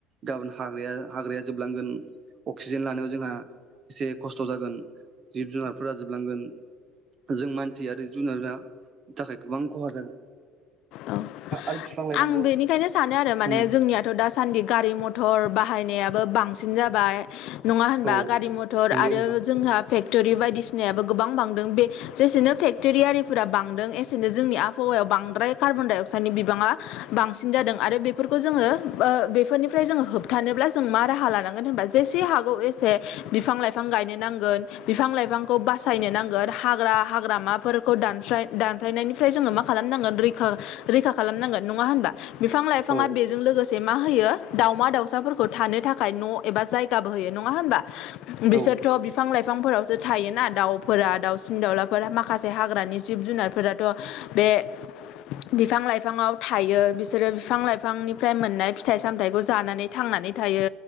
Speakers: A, on the right; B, on the left.
A: गाबोन हाग्राया हाग्राया जोबलांगोन अक्सिजेन लानायाव जोंहा एसे खस्थ' जागोन जिब-जुनारफोरा जोबलांगोन। जों मानसि आरो जुनारा थाखाय गोबां ख'हा जागोन
B: औ
A: आरो बिफां लाइफांखौ
B: आं बेनिखायनो सानो आरो माने
A: उम
B: जोंनियाथ' दासान्दि गारि मथर बाहायनायाबो बांसिन सिन जाबाय नङा होनबा
A: औ
B: गारि मथर
A: नंगौ
B: आरो
A: नोंथां
B: जोंहा फेक्ट'रि बायदिसिनायाबो गोबां बांदों बे जेसेनो फेक्ट'रि आरिफोरा बांदों एसेनो जोंनि आबहावा याव बांद्राय कार्बनडाइ अक्साइडनि बिबाङा बांसिन जादों आरो बेफोरखौ जोङो ओ बेफोरनिफ्राय जोङो होबथानोब्ला जों मा राहा लानांगोन होनबा जेसे हागौ एसे बिफां-लाइफां गायनो नांगोन बिफां-लाइफांखौ बासायनो नांगोन ग्रा हाग्रामाफोरखौ <unintelligible> दानफायनायनिफ्राय जोङो मा खालामनांगोन रैखा खालामनांगोन नङा होनबा बिफां लाइफाङा
A: औ
B: बेजों लोगोसे से माहोयो दाउमा-दाउसाफोरखौ थानो थाखाय न' एबा जायगाबो होयो नङा होमबा बिसोरथ'
A: औ
B: बिफां-लाइफां बिफांफोरावसो थायोना दाउफोरा दाउसिन-दाउलाफोरा माखासे हाग्रानि जिब-जुनारफोराथ' बे ए बिफां लाइफांङाव थायो बिसोरो बिफां-लाइफांनिफ्राय मोननाय फिथाइ- सामथायखौ जानानै थांनानै थायो